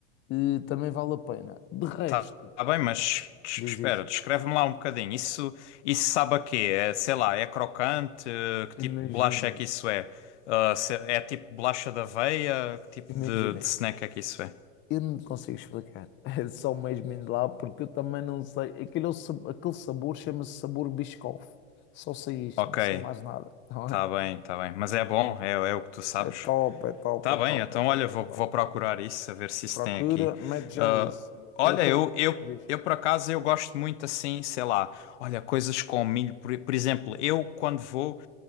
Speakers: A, on the left; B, on the left.
A: eh, também vale a pena. De resto,
B: tá, tá bem, mas des-
A: diz
B: espera,
A: isto,
B: descreve-me lá um bocadinho. Isso, isso sabe a quê? É, sei lá, é crocante? Eh, Que tipo
A: imagina,
B: de bolacha é que isso é? Ah, se- é tipo bolacha da aveia? Que tipo
A: imagina,
B: de, de snack é que isso é?
A: eu não te consigo explicar. <laughs> É só mesmo indo lá, porque eu também não sei. Aquele, é o sab- aquele sabor chama-se sabor Biscoff. Só sei isto,
B: Ok,
A: não sei mais nada. Não
B: tá
A: é?
B: bem, tá bem. Mas é bom, é, é o que tu sabes.
A: É top, é top,
B: Tá
A: é
B: bem,
A: top,
B: então
A: é
B: olha,
A: top,
B: vou,
A: é
B: vou
A: top.
B: procurar isso, a ver se isso
A: Procura,
B: tem aqui.
A: mete já
B: Ah,
A: isso.
B: olha,
A: Outra.
B: eu, eu,
A: Diz.
B: eu por acaso eu gosto muito assim, sei lá, olha, coisas com milho. Por, por exemplo, eu quando vou.